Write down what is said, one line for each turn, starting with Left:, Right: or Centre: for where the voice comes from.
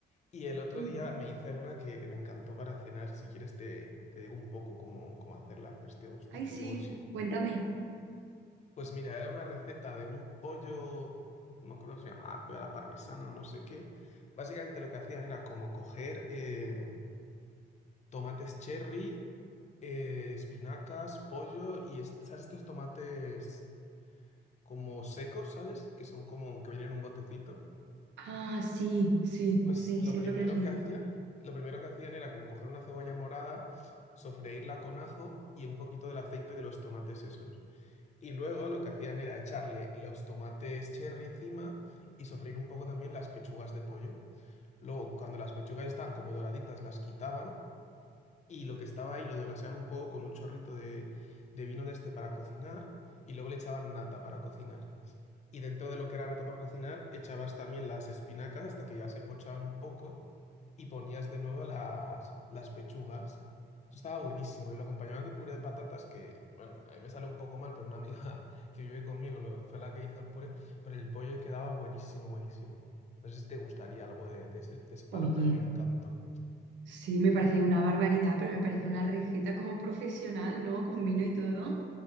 Left: y el otro
Right: Mm,
Left: día me hice una que, que me encantó para cenar. Si quieres te, te digo un poco cómo, cómo hacerla, a ver si te gusta
Right: Ay, sí,
Left: y luego sí.
Right: cuéntame.
Left: Pues mira, era una receta de un pollo, no me acuerdo que se llamaba, pollo a la parmesana o no sé qué. Básicamente lo que hacía era como coger eh, tomates cherry, eh, espinacas, pollo y es- ¿sabes estos tomates? como secos, ¿sabes? Que son como que vienen en un botecito.
Right: Ah, sí, sí,
Left: Pues
Right: sí,
Left: lo
Right: sé
Left: primero
Right: lo que les dices.
Left: que hacía, lo primero que hacían era como coger una cebolla morada, sofreírla con ajo y un poquito del aceite de los tomates esos. Y luego lo que hacían era echarle los tomates cherry encima y sofreír un poco también las pechugas de pollo. Luego, cuando las pechugas estaban como doraditas, las quitaban y lo que estaba ahí lo desglaseaban un poco con un chorrito de, de vino de este para cocinar y luego le echaban nata para cocinar. y dentro de lo que era nata para cocinar echabas también las espinacas hasta que ya se pochaban un poco y ponías de nuevo las, las pechugas. Eso estaba buenísimo y lo acompañaban de puré de patatas que, bueno, a mí me sale un poco mal, pero una amiga <laughs> que vive conmigo lo- fue la que hizo el puré, pero el pollo quedaba buenísimo, buenísimo. No sé si te gustaría algo de, de ese, de ese palo,
Right: Oye,
Left: pero a mí me encantó.
Right: sí, me parece una barbaridad, pero me parece una receta como profesional, ¿no? Con vino y todo.